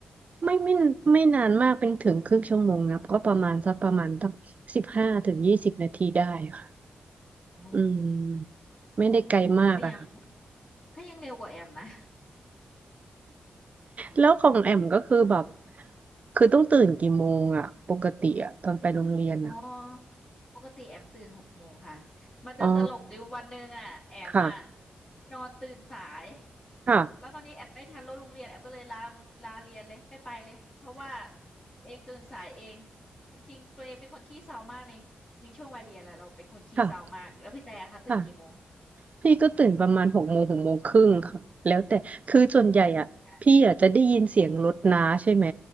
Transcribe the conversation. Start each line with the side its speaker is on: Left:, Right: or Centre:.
Right: ไม่ไม่ไม่นานมากเป็นถึงครึ่งชั่วโมงนะก็ประมาณสักประมาณตั้งสิบห้าถึงยี่สิบนาทีได้ค่ะ
Left: โอ้
Right: อืม ไม่ได้ไกลมากอะค่ะ
Left: อืมอืมก็ยัง ก็ยังเร็วกว่าแอมนะอืม
Right: แล้วของแอมก็คือแบบ คือต้องตื่นกี่โมงอะปกติอะตอนไปโรงเรียนอะ
Left: อ๋อปกติแอมตื่นหกโมงค่ะมันจะตลกจริงวันหนึ่งอ่ะแอมอ่ะ
Right: อ๋อ ค่ะ
Left: นอนตื่นสาย
Right: ค่ะ
Left: แล้วคราวนี้แอมไม่ทันรถโรงเรียนแอมก็เลยลาลาเรียนเลยไม่ไปเลยเพราะว่าตัวเองตื่นสายเองจริงๆตัวเองเป็นคนขี้เศร้ามากในในช่วงวัยเรียนแหละเราเป็นคนขี้เศร้ามากแล้วพี่แต่คะตื่นกี่โมง
Right: ค่ะค่ะ พี่ก็ตื่นประมาณหกโมงหกโมงครึ่งค่ะแล้วแต่คือส่วนใหญ่อ่ะพี่อ่ะจะได้ยินเสียงรถน้าใช่ไหม
Left: อืมกัน